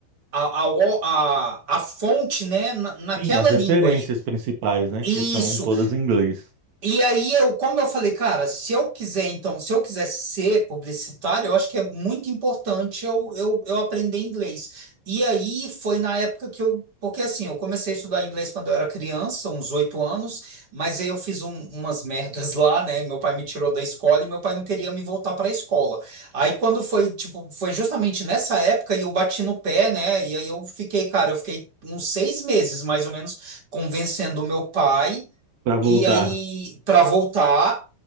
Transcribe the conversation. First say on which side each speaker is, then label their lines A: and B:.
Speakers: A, on the right; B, on the right.
A: a, a, o- a, a fonte, né, na, naquela
B: Sim, as referências
A: língua. E,
B: principais, né?
A: isso.
B: Que são todas em inglês.
A: E aí eu, como eu falei, cara, se eu quiser, então, se eu quiser ser publicitário, eu acho que é muito importante eu, eu, eu aprender inglês. E aí foi na época que eu, porque assim, eu comecei a estudar inglês quando eu era criança, uns oito anos, mas aí eu fiz um- umas merdas lá, né? Meu pai me tirou da escola e meu pai não queria me voltar para a escola. Aí quando foi, tipo, foi justamente nessa época e eu bati no pé, né? E aí eu fiquei, cara, eu fiquei uns seis meses mais ou menos convencendo o meu pai
B: Para voltar.
A: e aí, pra voltar.